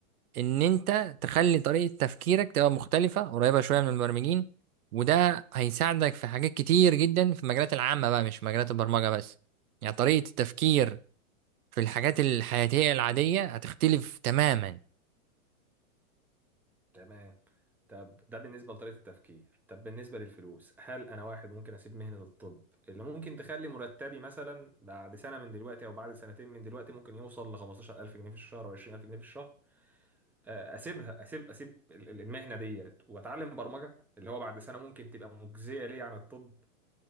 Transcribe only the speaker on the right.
ان انت تخلي طريقة تفكيرك تبقى مختلفة قريبة شوية من المبرمجين وده هيساعدك في حاجات كتير جدا في المجالات العامة بقى مش في مجالات البرمجة بس يعني طريقة التفكير في الحاجات الحياتية العادية هتختلف تماما